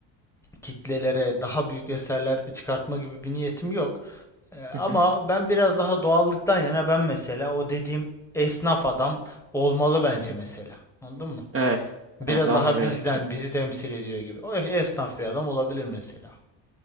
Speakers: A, in the centre; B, on the right (about 25°).
A: kitlelere, daha büyük eserler çıkartma gibi bir niyetim yok. Ee, ama
B: hı hı,
A: ben biraz daha doğallıktan yana ben mesela o dediğim esnaf adam olmalı bence
B: hı hı.
A: mesela. Anladın mı?
B: Evet.
A: Biraz
B: Evet anlıyorum
A: daha bizden,
B: seni.
A: bizi temsil ediyor gibi. O esnaf bir adam olabilir mesela.